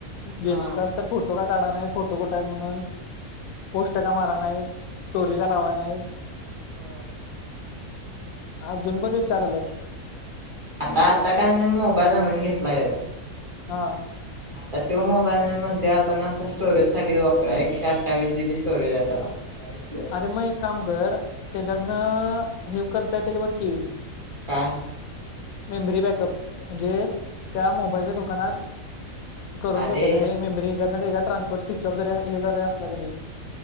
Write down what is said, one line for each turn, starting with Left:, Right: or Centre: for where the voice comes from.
Left: गेलता
Right: हा
Left: असत फोटो का काढाणार फोटो तोकोट म्हणून पोष्टट का मारा नाहीस स्टोरी का लावा नाहीस
Right: ह
Left: हा अजून पण विचार आलेत
Right: आता आता काय मी मोबाईल नवीन घेतलायच
Left: हा
Right: आता तो मोबाईल नाही म्हणते आपण असं स्टोरेज साठी वापरा एकशे अठ्ठावीस जी बी स्टोरेज आहे त्याला. काय विषय नाही
Left: अरे मग एक काम कर त्याच्यातनं
Right: हा
Left: हे करता येतय का बघ की
Right: का
Left: मेमरी बॅकअप म्हणजे त्या मोबाईलच्या दुकानात करून देत्यात
Right: अरे
Left: रे मेमरी येज्यात. नाही ते येज्यात ट्रान्सफर सिचऑप जरी हे जरी असला तरी